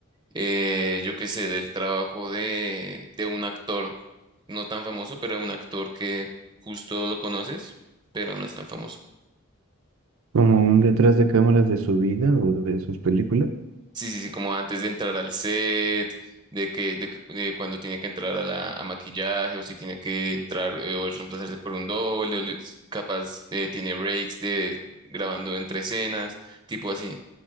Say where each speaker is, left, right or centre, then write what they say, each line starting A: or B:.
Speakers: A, on the right; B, on the right.
A: eh, yo qué sé, del trabajo de, de un actor, no tan famoso, pero un actor que justo lo conoces, pero no es tan famoso.
B: como un detrás de cámaras de su vida o de sus películas.
A: Sí, sí, sí, como antes de entrar al set, de que, de que de cuando tiene que entrar a, la, a maquillaje, o si tiene que entrar eh, o reemplazarse por un doble, o li- capaz eh, tiene breaks de grabando entre escenas, tipo así.